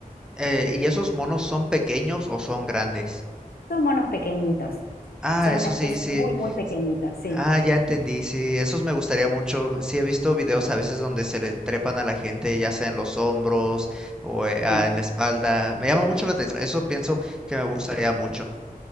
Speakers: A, in the centre; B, on the left.
A: Eh, ¿y esos monos son pequeños o son grandes?
B: Son monos pequeñitos,
A: Ah,
B: son
A: eso
B: una
A: sí,
B: especie
A: sí.
B: muy, muy pequeñita, sí,
A: Ah, ya entendí, sí, esos me gustaría mucho. Sí, he visto videos a veces donde se le trepan a la gente, ya sea en los hombros o eh, ah,
B: sí.
A: en la espalda. Me llama mucho la atención, eso pienso que me gustaría mucho.